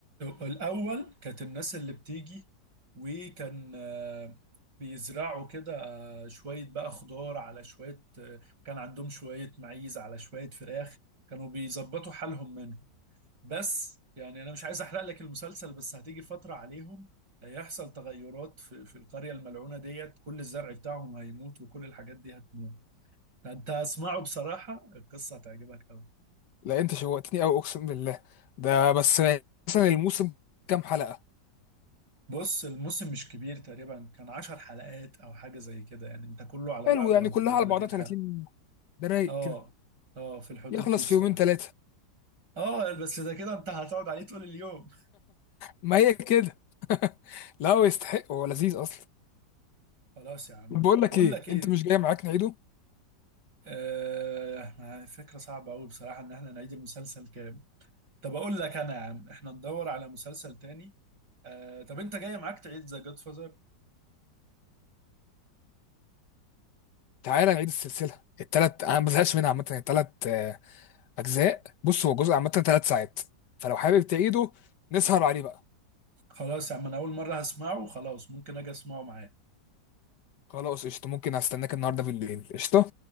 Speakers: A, on the right (about 70°); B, on the left (about 70°).
A: الأول كانت الناس اللي بتيجي وكان آه، بيزرعوا كده آه، شوية بقى خضار على شوية آه، كان عندهم شوية معيز على شوية فراخ كانوا بيظبطوا حالهم منهم بس يعني أنا مش عايز أحرق لك المسلسل بس هتيجي فترة عليهم هيحصل تغيرات في, في القرية الملعونة ديت كل الزرع بتاعهم هيموت وكل الحاجات دي هتموت فأنت اسمعه بصراحة القصة هتعجبك أوي
B: لا انت شوقتني قوي اقسم بالله ده بس مثلا الموسم كام حلقة
A: بص الموسم مش كبير تقريبا كان عشر حلقات او حاجة زي كده يعني انت كله على
B: حلو
A: بعضه
B: يعني
A: هتبقى
B: كلها على
A: 30
B: بعضها 30
A: حلقة
B: ده رايق
A: اه
B: كده
A: اه في الحدود
B: يخلص
A: دي بصراحة
B: في يومين ثلاثة
A: اه بس ده كده انت هتقعد عليه طول اليوم
B: ما هي كده <laughs> لا هو يستحق هو لذيذ اصلا
A: خلاص يا عم
B: طب بقول لك
A: بقول
B: ايه
A: لك ايه
B: انت مش جاي معاك نعيده
A: آه آه، فكرة صعبة أوي بصراحة إن إحنا نعيد المسلسل كام طب أقول لك أنا يا عم إحنا ندور على مسلسل تاني آه طب أنت جاي معاك تعيد ذا جاد فازر
B: تعالى نعيد السلسله التلات انا ما بزهقش منها عامه التلات آه، اجزاء بص هو جزء عامه تلات ساعات فلو حابب تعيده نسهر عليه بقى
A: خلاص يا عم أنا أول مرة هسمعه وخلاص ممكن أجي أسمعه معاك
B: خلاص قشطه ممكن استناك النهارده بالليل قشطه